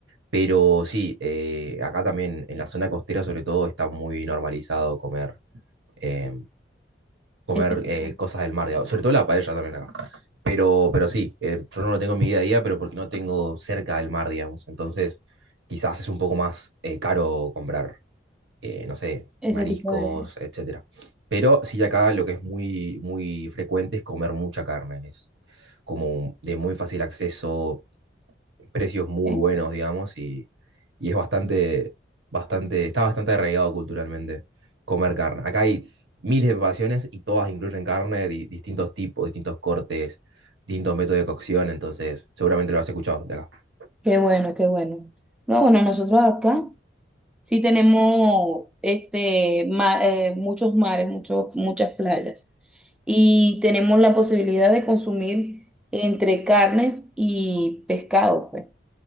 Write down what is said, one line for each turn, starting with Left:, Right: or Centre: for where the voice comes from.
Right: pero sí, eh, acá también en la zona costera sobre todo está muy normalizado comer, eh, comer
Centre: Este tipo,
Right: eh, cosas del mar, digamos, sobre todo la paella también acá. Pero, pero sí, eh, yo no lo tengo en mi día a día, pero porque no tengo cerca del mar, digamos, entonces quizás es un poco más eh, caro comprar eh, no sé,
Centre: ese
Right: mariscos,
Centre: tipo de...
Right: etcétera. Pero sí acá lo que es muy, muy frecuente es comer mucha carne. Es como de muy fácil acceso, precios muy
Centre: ¿eh?
Right: buenos, digamos, y, y es bastante, bastante, está bastante arraigado culturalmente comer carne. Acá hay miles de preparaciones y todas incluyen carne, de distintos tipos, distintos cortes, distintos métodos de cocción, entonces seguramente lo has escuchado de acá.
Centre: Qué bueno, qué bueno. No, bueno, nosotros acá sí tenemos este, ma- eh, muchos mares, muchos, muchas playas. Y tenemos la posibilidad de consumir entre carnes y pescado, pues.